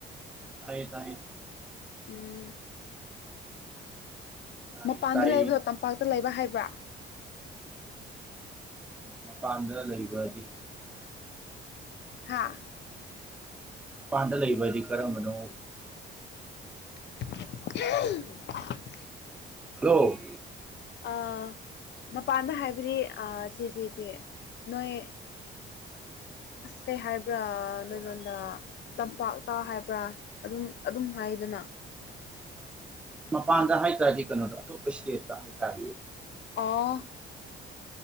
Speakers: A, in the centre; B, on the left.
A: ꯇꯥꯏꯌꯦ ꯇꯥꯏꯌꯦ
B: ꯎꯝ
A: ꯇꯥꯏꯌꯦ
B: ꯃꯄꯥꯟꯗ
A: ꯇꯥꯏꯌꯦ
B: ꯂꯩꯕ꯭ꯔꯣ ꯇꯝꯄꯥꯛꯇ ꯂꯩꯕ ꯍꯥꯏꯕ꯭ꯔꯥ
A: ꯃꯄꯥꯟꯗ ꯂꯩꯕꯗꯤ
B: ꯍꯥꯥ
A: ꯃꯄꯥꯟꯗ ꯂꯩꯕ ꯍꯥꯏꯗꯤ ꯀꯔꯝꯕꯅꯣ
B: <unintelligible>
A: ꯍꯜꯂꯣ
B: ꯑꯥ ꯃꯄꯥꯟꯗ ꯍꯥꯏꯕꯗꯤ ꯑꯥ ꯆꯦ ꯆꯦ ꯆꯦ ꯅꯣꯏ ꯑꯁ ꯀꯩ ꯍꯥꯏꯕ꯭ꯔꯥ
A: ꯍꯥꯏꯔꯣ
B: ꯅꯣꯏ
A: ꯍꯥꯏꯔꯣ
B: ꯂꯣꯟꯗ ꯇꯝꯄꯥꯛꯇ ꯍꯥꯏꯕ꯭ꯔꯥ ꯑꯗꯨꯝ ꯑꯗꯨꯝ ꯍꯥꯏꯗꯅ
A: ꯃꯄꯥꯟꯗ ꯍꯥꯏ ꯇꯥꯔꯗꯤ ꯀꯩꯅꯣꯗ ꯑꯇꯣꯞꯄ ꯏꯁꯇꯦꯠꯇ ꯍꯥꯏꯇꯔꯦ
B: ꯑꯣ